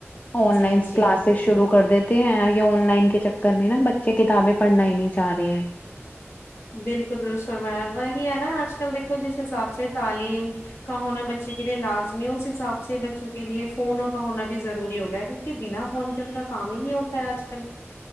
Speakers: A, on the left (about 35°); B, on the left (about 80°).
A: آن
B: جی
A: لائن
B: جی
A: کلاس شروع کر دیتے ہیں اور یہ آن لائن کے چکر میں نا بچے کتابیں پڑھنا ہی نہیں چاہ رہے ہیں
B: بالکل درست فرمایا وہی ہے نا آج کل دیکھو جس حساب سے تعلیم کا ہونا بچے کے لیے لازمی ہے اس حساب سے بچوں کے لیے فونوں کا ہونا بھی ضروری ہو گیا ہے کہ بنا فون کے ان کا کام ہی نہیں ہوتا ہے آج کل